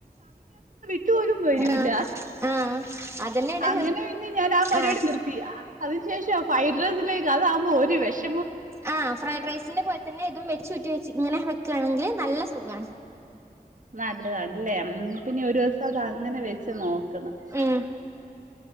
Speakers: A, on the right; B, on the right.
A: ഒറ്റുപോലും വരൂല
B: ആഹ് ആഹ് അതന്നെയാണ്
A: അങ്ങനെ പിന്നെ ഞാൻ ആ പരിപാടി
B: ആഹ്
A: നിർത്തി അതിന് ശേഷം <unintelligible> ഫൈറസിലേക്ക് അതാാവുമ്പോൾ ഒരു വിഷം
B: ആ ഫ്രൈഡ് റൈസിന്റെ പോലെ തന്നെ ഇതും വെചൂറ്റി വെച്ച് ഇങ്ങനെ വെക്കുകയാണെങ്കിൽ നല്ല സുഖമാണ്
A: നല്ലതാണ് അല്ലെ പിന്നെ ഒരു ദിവസം അത് അങ്ങനെ വെച്ച് നോക്കണം
B: ഉം ഉം